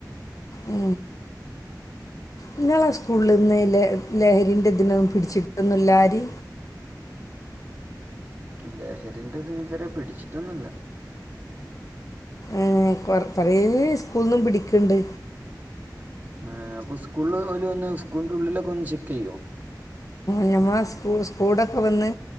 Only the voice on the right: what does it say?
ലഹരിറ ഇതിെതിരെ പിടിച്ചിട്ടൊന്നുമല്ല
ആ അപ്പൊ സ്കൂള പോല ഒന്ന് സ്കൂളിറെ ഉള്ളിലൊക്കെ ഒന്ന് ചെക്ക് ചെയ്യോ